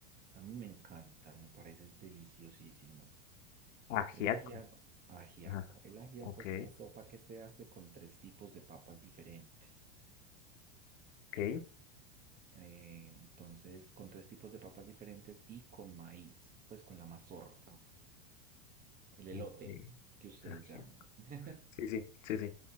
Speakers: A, on the right; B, on the left.
A: A mí me encanta, me parece deliciosísima.
B: Ajiaco,
A: El ajiaco, ajiaco.
B: ajá,
A: El ajiaco
B: ok,
A: es una sopa que se hace con tres tipos de papas diferentes.
B: ok,
A: Eh, entonces, con tres tipos de papas diferentes y con maíz, pues con la mazorca, el elote
B: ok,
A: que ustedes
B: ajiaco.
A: llaman. <laughs>
B: Sí, sí, sí, sí.